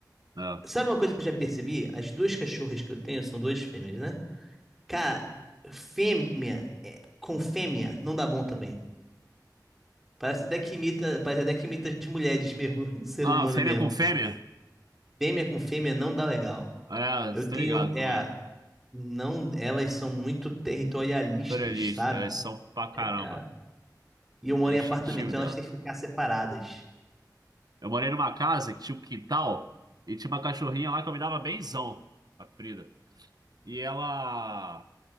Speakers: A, on the right; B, in the centre.
A: ah.
B: Sabe uma coisa que eu já percebi? As duas cachorras que eu tenho são duas fêmeas, né? Cara, fêmea é, com fêmea não dá bom também. Parece até que imita, parece até que imita as mulheres mesmo, <laughs> o ser
A: Ah,
B: humano
A: fêmea
B: mesmo.
A: com fêmea?
B: Fêmea com fêmea não dá legal.
A: É,
B: Eu
A: você tá
B: tenho,
A: ligado
B: é,
A: como é.
B: não, elas são muito territorialistas,
A: Pluralista,
B: sabe?
A: elas são pra caramba.
B: É. E eu moro
A: É
B: em
A: instintivo
B: apartamento, então elas têm que ficar separadas.
A: Eu morei numa casa que tinha um quintal e tinha uma cachorrinha lá que eu me dava benzão, a Frida. E ela,